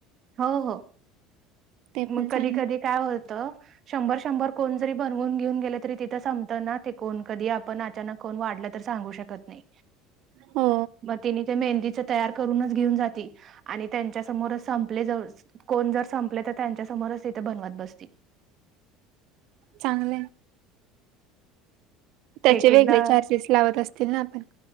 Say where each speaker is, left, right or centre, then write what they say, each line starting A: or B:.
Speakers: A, on the right; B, on the right.
A: ह हो
B: ते
A: मग
B: पण चांगले
A: कधी कधी काय होतं शंभर शंभर कोण जरी बनवून घेऊन गेले तरी तिथं संपत ना ते कोण. कधी आपण अचानक कोण वाढलं तर सांगू शकत नाही.
B: हो
A: म तिने ते मेहंदी च तयार करूनच घेऊन जाती. आणि त्यांच्या समोर संपले जव कोण जर संपले तर त्यांच्या समोरच तिथं बनवत बसती.
B: चांगलये. त्याचे
A: एक एकदा
B: वेगळे चार्जेस लावत असतील ना पण?